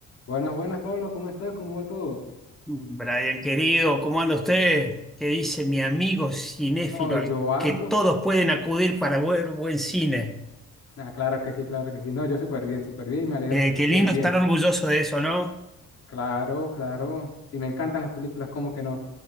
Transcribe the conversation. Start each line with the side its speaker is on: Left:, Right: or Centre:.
Left: Buenas, buenas, Pablo, ¿cómo estás? ¿Cómo va todo?
Centre: Brian, querido, ¿cómo anda usted? ¿Qué dice mi amigo cinéfilo
Left: No, yo
Centre: al
Left: ando.
Centre: que todos pueden acudir para ver buen cine?
Left: Ah, claro que sí, claro que sí. No, yo súper bien, súper bien y me alegra
Centre: Eh,
Left: que estés
Centre: qué lindo
Left: bien.
Centre: estar orgulloso de eso, ¿no?
Left: Claro, claro. Si me encantan las películas, ¿cómo que no?